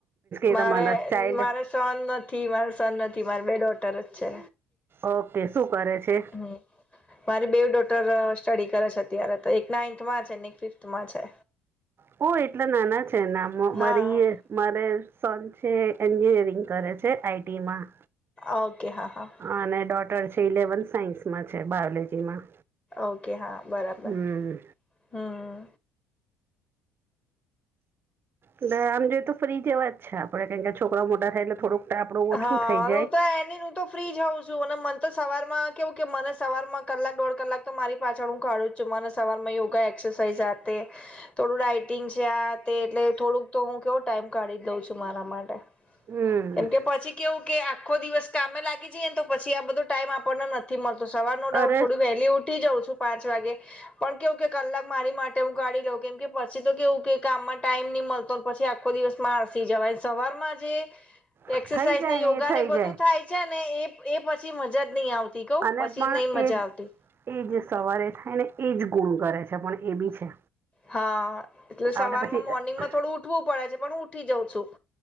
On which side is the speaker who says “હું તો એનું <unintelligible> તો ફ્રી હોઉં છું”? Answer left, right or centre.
Left